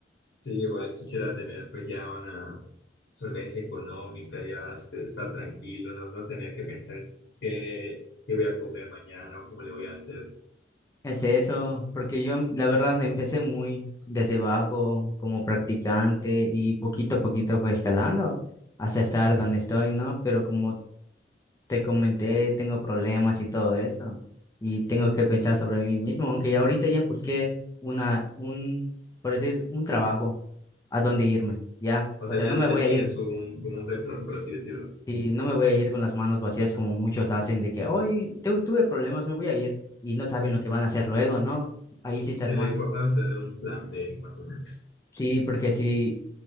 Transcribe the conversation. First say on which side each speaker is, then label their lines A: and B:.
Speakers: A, on the left; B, on the left.
A: Sí, igual quisiera tener pues ya una solvencia económica, ya es- estar tranquilo, no, no tener que pensar qué, qué voy a comer mañana o cómo le voy a hacer.
B: Es eso, porque yo la verdad empecé muy desde abajo como practicante y poquito a poquito fue escalando hasta estar donde estoy, ¿no? Pero como te comenté, tengo problemas y todo eso, y tengo que pensar sobre mí mismo, aunque ya ahorita ya busqué una, un, por decir, un trabajo a dónde irme, ya,
A: O
B: o
A: sea,
B: sea,
A: ya,
B: no me
A: ya
B: voy
A: tienes
B: a ir,
A: un, como un reemplazo, por así decirlo.
B: y no me voy a ir con las manos vacías como muchos hacen, de que hoy tuve problemas, me voy a ir, y no saben lo que van a hacer luego, ¿no? Ahí sí estás
A: Sí,
B: mal,
A: lo importante es tener un plan B, más o menos.
B: sí, porque si